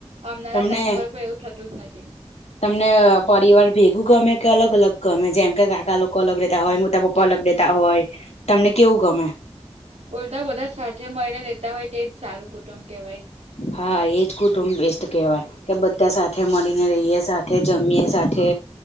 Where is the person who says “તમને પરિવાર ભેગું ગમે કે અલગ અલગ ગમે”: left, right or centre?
Left